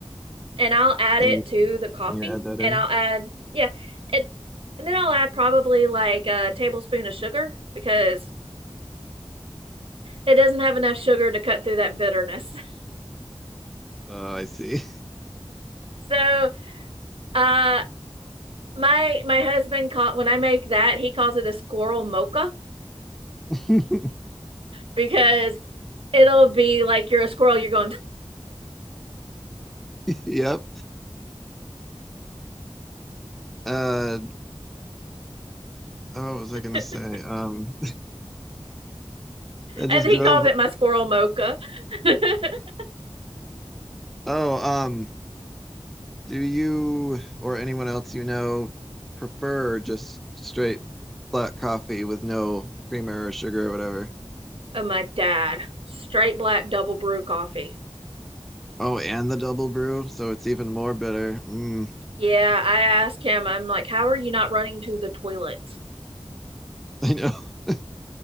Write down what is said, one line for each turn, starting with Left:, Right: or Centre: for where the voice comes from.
Right: and I'll add
Centre: and,
Right: it to the coffee,
Centre: and you add that
Right: and
Centre: in?
Right: I'll add yeah, it, and then I'll add probably like a tablespoon of sugar because it doesn't have enough sugar to cut through that bitterness. <laughs>
Centre: Uh, I see.
Right: So, uh, my my husband caught when I make that, he calls it a squirrel mocha
Centre: <laughs>
Right: because it'll be like you're a squirrel, you're going.
Centre: Yep. Uh, oh, what was I gonna
Right: <laughs>
Centre: say? Um, <laughs> I just
Right: and he
Centre: drove.
Right: calls it my squirrel mocha. <laughs>
Centre: Oh, um, do you or anyone else you know prefer just straight black coffee with no creamer or sugar or whatever?
Right: Oh my dad, straight black double brew coffee.
Centre: Oh, and the double brew, so it's even more bitter. Mm,
Right: Yeah, I asked him, I'm like, how are you not running to the toilet?
Centre: I know. <laughs>